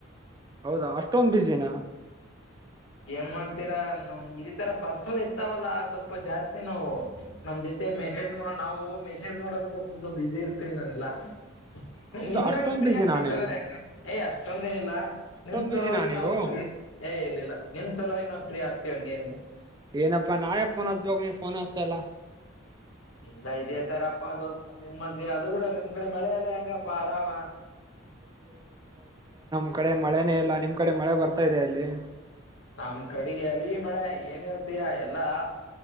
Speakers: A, on the right (about 20°); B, on the left (about 85°).
A: ಹೌದಾ ಅಷ್ಟೊಂದು್ ಬಿಸಿನ
B: ಏನ್ ಮಾಡ್ತೀರಾ ನಮ್ ಇದ ತರ ಪರ್ಸನಲ್ ಇರ್ತಾವಲ್ಲಾ ಸ್ವಲ್ಪ ಜಾಸ್ತಿ ನಾವು ನಮ್ ಜೊತೆ ಮತ್ತೆ ಮೆಸೇಜ್ ನಾವು ಮೆಸೇಜ್ ಮಾಡೋದೆ ಫುಲ್ಲು ಬಿಸಿಿ ಇರ್ತೀವಿಲ್ಲ ನಾವು ಎಲ್ಲಾ ಹ್ಮ
A: ಹೌದಾ
B: ನಿಮ್ಗಾಗಿ
A: ಅಷ್ಟೊಂದ್
B: ಫ್ರೀ
A: ಬಿಜಿನಾ
B: ಆಗ್ತಿ
A: ನೀವು
B: ತಗಾರೆ ಹೆಂಗೆ ಏಯ ಅಷ್ಟ ಅಷ್ಟೊಂದೇನಿಲ್ಲ
A: ಅಷ್ಟೊಂದ್
B: ನಿನ್ ಸರವಾಗಿ
A: ಬಿಜಿನಾ ನೀವು
B: ನಾವು ಸ್್ರೀ ಏ ಇರ್ಲಿಲ್ಲ ನಿನ್್ ಸಲುವಾಗಿ ನಾವು ಫ್ರೀ ಆಗ್ತಿೀವಿ ಹಂಗೇನಿಲ್ಲ
A: ಏನಪ್ಪಾ ನಾವೆ ಯೆ ಫೋನ್ ಹಚ್ಬೇಕು ನೀವ ಫೋನ್ ಅಚ್ಚಲ್ಲ
B: ಎಲ್ಲ ಇದದೆ ತರಪ್ಪಾ ದೋಲ್ಸ ನ್ ಮಾಡ್ತಿವಿ ಅದು ಬಿಡ ನಿಮ್ ಕಡೆ ಮಳೆ ಎಲ್ಲ ಹೆಂಗಪ್ಪಾ ಆರಾಮ
A: ನಾಮ್ ಕಡೆ ಮಳೆನೇ ಇಲ್ಲ ನಿಮ್ ಕಡೆ ಮಳೆ ಬರ್ತಾ ಇದೆ ಅಲ್ಲಿ
B: ನಮ್ ಕಡೆಗೆ ಹೆವಿ ಮಳೆ ಏನ್ ಹೇಳ್ತಯಾ ಎಲ್ಲಾ